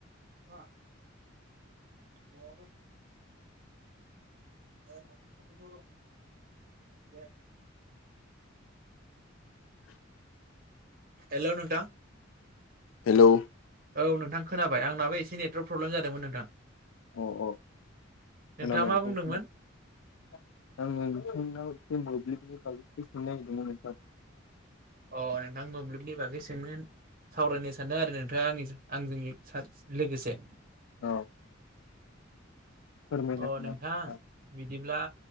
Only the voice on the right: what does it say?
मा नआवनो <unintelligible> हेलौ नोंथा
औ नोंथां खोनाबाय आंनाबो एसे नेटवर्क प्रब्लेम जादोंमोन नोंथां
नोंथाङा
मा
बुंदोंमोन
अ नोंथां मोब्लिबनि बागै सोंनो सावरायनो सानदों आरो नोंथाङा आं आंजों लोगोसे अ
नोंथां
बिदिब्ला